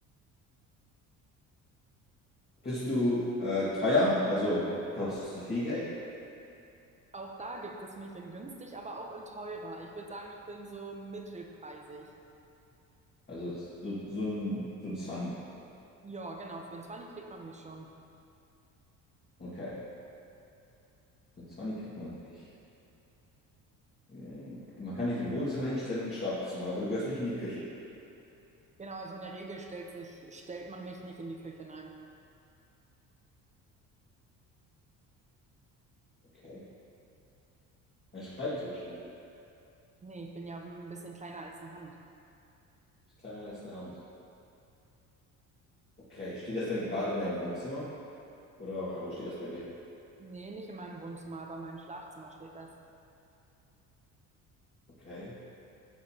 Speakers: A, on the left; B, on the right.
A: Bist du äh, teuer? Also kostest du viel Geld?
B: Auch da gibt es mich in günstig, aber auch in teurer. Ich würde sagen, ich bin so mittelpreisig.
A: Also so, so ein so ein 20.
B: Ja, genau, für 20 kriegt man mich schon.
A: Okay. So ein 20 kriegt man nicht. Äh, Man kann dich im Wohnzimmer hinstellen und im Schlafzimmer, aber du gehörst nicht in die Küche.
B: Genau, also in der Regel stellt sich, stellt man mich nicht in die Küche, nein.
A: Okay. Ein Schreibtisch? Nee.
B: Nee, ich bin ja ein bisschen kleiner als eine Hand.
A: Ist kleiner als eine Hand. Okay. Steht das denn gerade in deinem Wohnzimmer? Oder wo steht das bei dir?
B: Nee, nicht in meinem Wohnzimmer, aber in meinem Schlafzimmer steht das.
A: Okay.